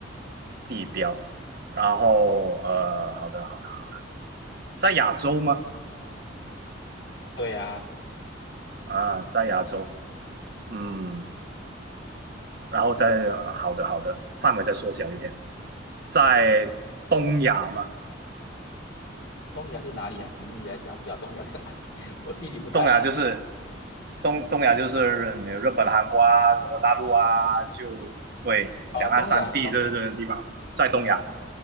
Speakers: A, on the right (about 55°); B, on the left (about 70°).
A: 地标。然后呃，好的，好的，好的，在亚洲吗？
B: 对啊，
A: 啊，在亚洲，嗯，然后在呃好的，好的，范围再缩小一点，在东亚嘛，
B: 东亚是哪里啊？举例来讲，我不知道东亚在哪里，<laughs> 我地理不太好，
A: 东亚就是东东亚就是你日本、韩国啊、中国大陆啊，就对，
B: 哦，
A: 两岸三地这这个地方，
B: 东亚，东亚，
A: 在东亚，